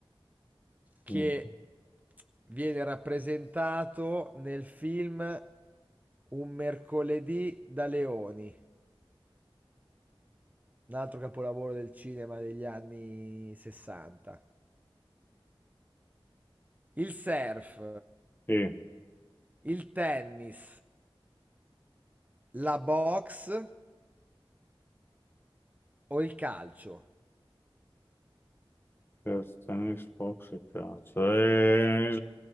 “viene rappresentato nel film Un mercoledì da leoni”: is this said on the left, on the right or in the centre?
Right